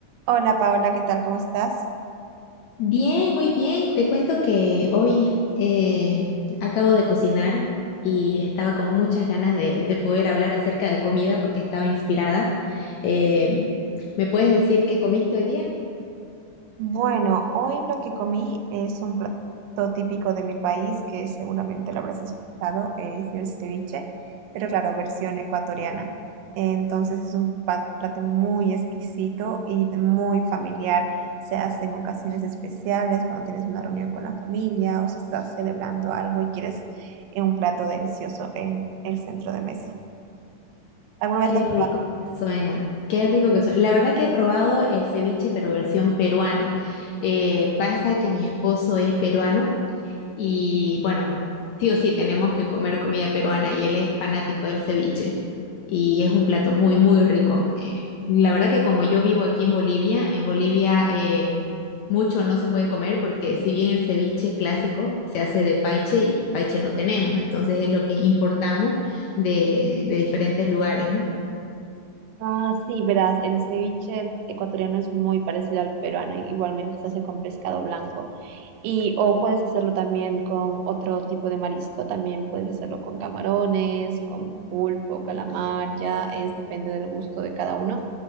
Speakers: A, on the right; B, on the left.
A: Hola Paola, ¿qué tal? ¿Cómo estás?
B: Bien, muy bien. Te cuento que hoy eh, acabo de cocinar y estaba con muchas ganas de, de poder hablar acerca de comida porque estaba inspirada. Eh, ¿me puedes decir qué comiste hoy día?
A: Bueno, hoy lo que comí es un plato típico de mi país que seguramente lo habrás escuchado, es el ceviche, pero claro, versión ecuatoriana. Entonces es un pa- plato muy exquisito y muy familiar. Se hace en ocasiones especiales, cuando tienes una reunión con la familia o si estás celebrando algo y quieres eh, un plato delicioso en el centro de mesa. ¿Alguna vez
B: Qué
A: lo has
B: rico que suena, qué rico que suena. La verdad que he probado el ceviche, pero versión peruana. Eh, pasa que mi esposo es peruano Y bueno, sí o sí tenemos que comer comida peruana y él es fanático del ceviche y es un plato muy, muy rico. Eh, la verdad que como yo vivo aquí en Bolivia, en Bolivia eh, mucho no se puede comer porque si bien el ceviche clásico se hace de paiche y paiche no tenemos, entonces es lo que importamos de, de diferentes lugares, ¿no?
A: Ah, sí, verás, el ceviche ecuatoriano es muy parecido al peruano, y igualmente se hace con pescado blanco. Y o puedes hacerlo también con otro tipo de marisco, también puedes hacerlo con camarones, con pulpo, calamar, ya es depende del gusto de cada uno.